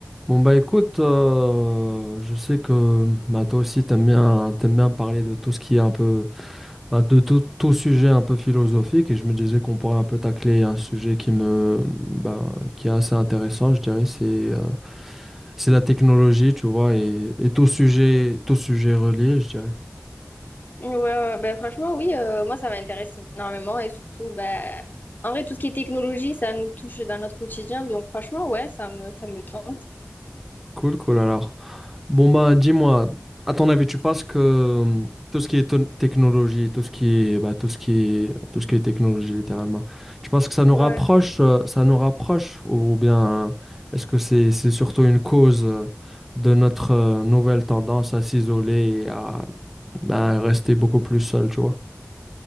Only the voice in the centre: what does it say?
Bon bah écoute, euh, je sais que bah, toi aussi t'aimes bien t'aimes bien parler de tout ce qui est un peu bah, de tout, tout sujet un peu philosophique et je me disais qu'on pourrait un peu tacler un sujet qui me bah, qui est assez intéressant, je dirais, c'est euh, c'est la technologie, tu vois, et, et tout sujet tout sujet relié, je dirais.
Cool, cool alors. Bon, bah, dis-moi, à ton avis, tu penses que euh, tout ce qui est ton- technologie, tout ce qui est, bah, tout ce qui est, tout ce qui est technologie, littéralement, tu penses que ça nous
rapproche, euh, ça nous rapproche, ou bien euh, est-ce que c'est, c'est surtout une cause euh, de notre euh, nouvelle tendance à s'isoler et à bah, rester beaucoup plus seul, tu vois?